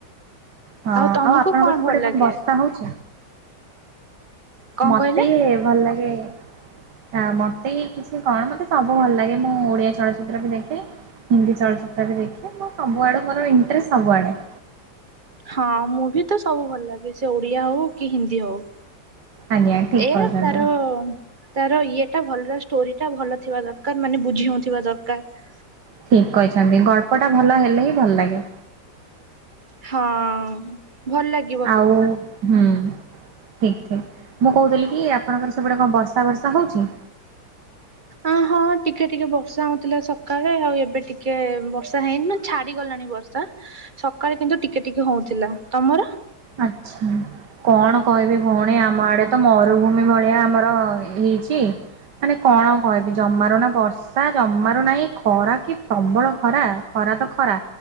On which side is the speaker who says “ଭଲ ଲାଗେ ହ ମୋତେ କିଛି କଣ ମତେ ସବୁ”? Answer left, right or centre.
Right